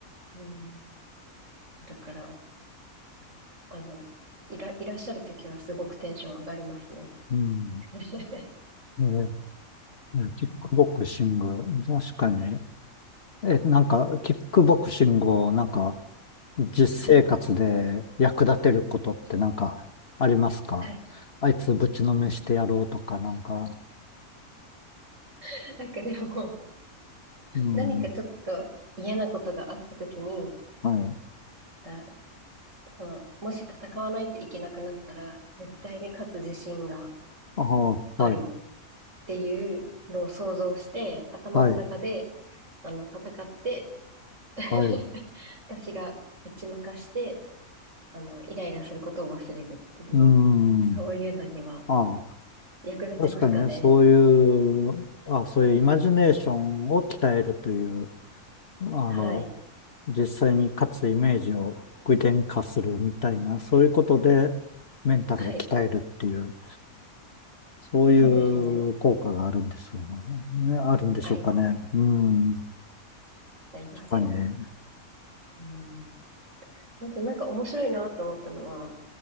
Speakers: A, on the right; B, on the left.
A: うん、だから、あの、いら、いらっしゃるときはすごくテンション上がりますね。
B: うん。
A: <laughs>
B: ええキックボクシング。
A: うん、
B: 確かに。え、なんか、キックボクシングを、なんか、実生活で役立てることってなんか、
A: はい、
B: ありますかあいつぶちのめしてやろうとか、
A: はい。
B: なんか。
A: <laughs> なんかでも、
B: うん。
A: 何かちょっと嫌なことがあったときに、
B: はい。
A: あ、その、もし戦わないといけなくなったら、絶対に勝つ自信が
B: ああ、
A: ある
B: はい。
A: っていうのを想像して、頭の中で、
B: はい。
A: あの、戦って、<laughs>
B: はい。
A: 私が打ち負かして、あの、イライラすることを忘れるっていう、
B: うん。
A: そういうのには
B: ああ、
A: 役立ちますかね。
B: 確かにね、そういう、あ、そういうイマジネーションを鍛えるという、あの、
A: はい。
B: 実際に勝つイメージを具現化するみたいな、そういうことでメンタルを鍛えるっていう、
A: はい。
B: そういう効果があるんでしょ
A: そうですね。
B: うね。あるんでしょうかね。
A: あります。
B: うん。
A: ありますよ。
B: 確かにね。
A: うん。あとなんか面白いなと思ったのは、